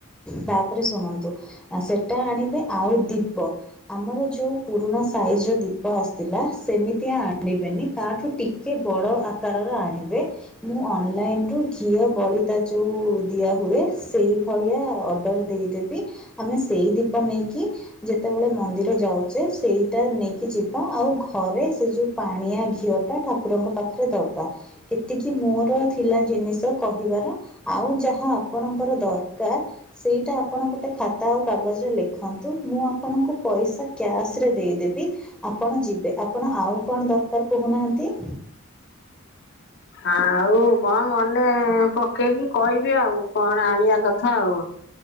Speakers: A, in the centre; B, on the left.
A: ତାପରେ ଶୁଣନ୍ତୁ ସେଟା ଆଣିବେ ଆଉ ଦୀପ ଆମର ଯୋଉ ପୁରୁଣା ସାଇଜର ଦୀପ ଆସିଥିଲା ସେମିତିଆ ଆଣିବେନି ତାଠୁ ଟିକେ ବଡ଼ ଆକାରର ଆଣିବେ ମୁଁ ଅନଲାଇନ୍ ରୁ ଘିଅ ବଳି ତା ଯୋଉ ଦିଆହୁଏ ସେଇଭଳିଆ ଅର୍ଡ଼ର ଦେଇଦେବି। ଆମେ ସେଇ ଦୀପ ନେଇକି ଯେତେବେଳେ ମନ୍ଦିର ଯାଉଛେ ସେଇଟା ନେଇକି ଯିବା ଆଉ ଘରେ ସେ ଯୋଉ ପାଣିଆ ଘିଅ ତା ଠାକୁରଙ୍କ ପାଖରେ ଦବା ଏତିକି ମୋର ଥିଲା ଜିନିଷ କହିବାର। ଆଉ ଯାହା ଆପଣଙ୍କର ଦରକାର ସେଇଟା ଆପଣ ଗୋଟେ ଖାତା ଆଉ କାଗଜରେ ଲେଖନ୍ତୁ ମୁଁ ଆପଣଙ୍କୁ ପଇସା କ୍ୟାସ୍ ରେ ଦେଇଦେବି। ଆପଣ ଯିବେ ଆପଣ ଆଉ କଣ ଦରକାର କହୁ ନାହାନ୍ତି?
B: ଆଉ କଣ ମନେ ପକେଇକି କହିବି ଆଉ କଣ ଆଣିବା କଥା ଆଉ।